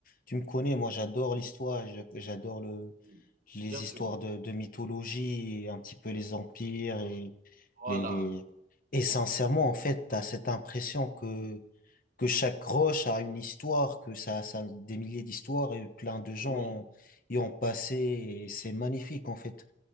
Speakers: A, on the left; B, on the right.
A: tu me connais, moi j'adore l'histoire, je- j'adore le,
B: oui,
A: les
B: bien
A: histoires
B: sûr.
A: de, de mythologie, et un petit peu les empires et
B: Voilà,
A: les, les... Et sincèrement, en fait, t'as cette impression que, que chaque roche a une histoire, que ça, ça a des milliers d'histoires et plein de gens
B: oui,
A: y ont passé et c'est magnifique en fait.